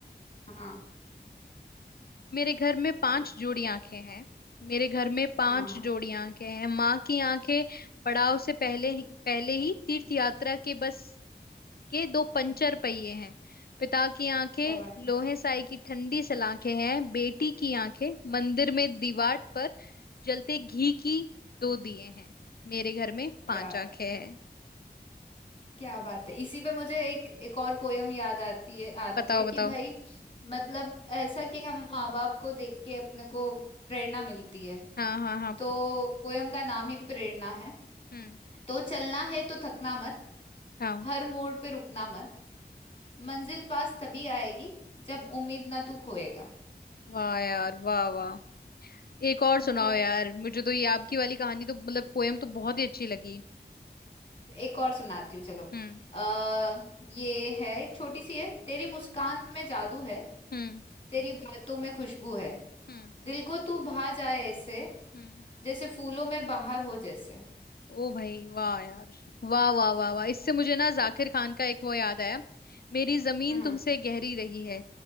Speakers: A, on the left; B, on the left.
A: हाँ
B: मेरे घर में पांच जोड़ी आंखें हैं मेरे घर में पांच
A: हाँ हाँ
B: जोड़ी आंखें हैं माँ की आंखें पड़ाव से पहले ही- पहले ही तीर्थ यात्रा के बस के दो पंचर पहिए हैं पिता की आंखें
A: क्या बात है
B: लोहे साई की ठंडी सलाखें हैं बेटी की आंखें मंदिर में दीवार पर जलते घी की दो दिए हैं मेरे घर में पांच
A: क्या
B: आंखें
A: बात है
B: हैं
A: क्या बात है इसी पे मुझे एक एक और पोयम याद आती है आती
B: बताओ
A: है कि
B: बताओ
A: भाई मतलब ऐसा कि हम माँ बाप को देख के अपने को प्रेरणा मिलती है
B: हाँ हाँ हाँ
A: तो पोयम का नाम ही प्रेरणा है
B: हम्म
A: तो चलना है तो थकना मत
B: हाँ
A: हर मोड़ पे रुकना मत मंजिल पास तभी आएगी जब उम्मीद ना तू खोएगा
B: वाह यार वाह वाह एक और
A: मतलब
B: सुनाओ यार मुझे तो ये आपकी वाली कहानी तो मतलब पोयम तो बहुत ही अच्छी लगी
A: एक और सुनाती हूँ चलो
B: हम्म
A: आ, ये है छोटी सी है तेरी मुस्कान में जादू है
B: हम्म
A: तेरी बातों में खुशबू है
B: हम्म
A: दिल को तू भा जाए ऐसे
B: हम्म
A: जैसे फूलों में बाहर हो जैसे
B: ओ भाई वाह यार वाह वाह वाह वाह इससे मुझे ना जाकिर खान का एक वो याद आया मेरी जमीन
A: हाँ हाँ
B: तुमसे गहरी रही है